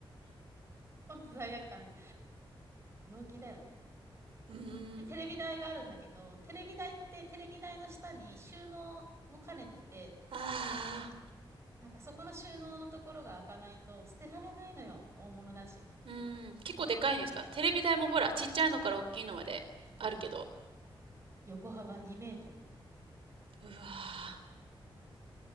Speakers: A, on the right; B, on the right.
A: ほんと罪悪感で。陽気だよね。
B: うーん。
A: で、テレビ台があるんだけど、テレビ台って、テレビ台の下に収納も兼ねてて、
B: ああ、
A: なんかそこの収納のところが開かないと捨てられないのよ。大物だし。
B: うーん。結構でかいんですかテレビ台もほら、ちっちゃいのから大きいのまであるけど。
A: うん。横幅2メートル。
B: うわあ、